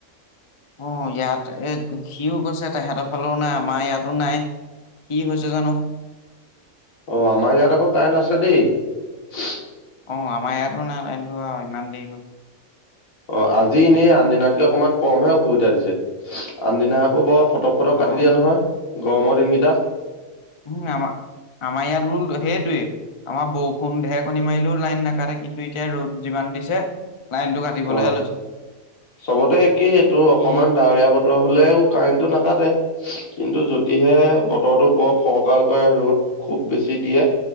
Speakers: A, on the left; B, on the left.
A: অ ইয়াত এ সিও গৈছে তেহেতৰ ফালেও নাই আমাৰ ইয়াতো নাই কি হৈছে জানো
B: অ আমাৰ ইয়াত আকৌ কাৰেণ্ট আছে দেই
A: অ আমাৰ ইয়াতো নাই লাইনটো ইমান দেৰি হ'ল
B: অ আজি এনেই আন দিনাতকে অকমান কমহে অসুবিধা দিছে আনদিনা আকৌ বৰ ফটক ফটক
A: অ
B: কাটি দিয়া নহয় গৰমৰ দিনকেইটাত
A: উম আমাৰ আমাৰ ইয়াত ৰোল সেইটোৱে আমাৰ বৰষুণ ঢেৰকণী মাৰিলেও লাইন নাকে কিন্তু এতিয়া ৰ'দ যিমান দিছে লাইনটো কাটিবলহে
B: অ
A: লৈছে
B: চবতে একেই এইটো অকনমান
A: কি
B: ডাৱৰীয়া বতৰ হলেও কাৰেণ্টটো নাকাটে। কিন্তু যদিহে বতৰটো বৰ ফৰকাল কৰে ৰ'দ খুব বেছি দিয়ে